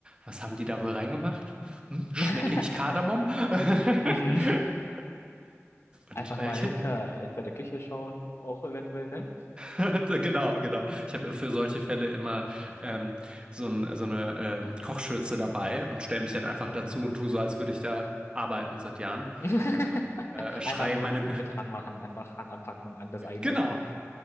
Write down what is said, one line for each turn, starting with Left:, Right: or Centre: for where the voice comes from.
Right: Was haben die da wohl reingemacht? Hm? Schmecke
Left: <laughs>
Right: ich Kardamom? <laughs>
Left: Mhm. Einfach
Right: Und äh,
Left: mal
Right: ich finde,
Left: hinter, hinter der Küche schauen, auch eventuell, ne?
Right: <laughs> genau, genau. Ich habe für solche Fälle immer ähm, so, ein, so eine ähm, Kochschürze dabei und stelle mich dann einfach
Left: Mhm.
Right: dazu und tue so, als würde ich da arbeiten seit Jahren
Left: <laughs>
Right: und äh, schreie
Left: Einfach mit,
Right: meine. <laughs>
Left: mit ranmachen, einfach Hand anpacken an das eigene
Right: Genau.
Left: Essen.